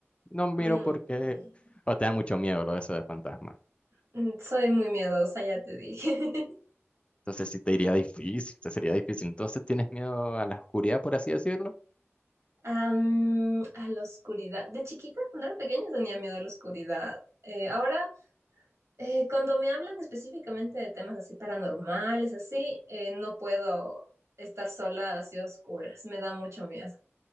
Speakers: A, on the left (about 25°); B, on the right (about 80°).
A: No miro
B: Mm,
A: porque... O te da mucho miedo lo de eso de fantasma.
B: mm, soy muy miedosa, ya te dije. <laughs>
A: Entonces sí te iría difícil, te sería difícil. Entonces tienes miedo a la oscuridad, por así decirlo.
B: Am, a la oscuridad. De chiquita, cuando era pequeña, tenía miedo a la oscuridad. Eh, ahora, eh, cuando me hablan específicamente de temas así paranormales, así, eh, no puedo estar sola así a oscuras. Me da mucho miedo.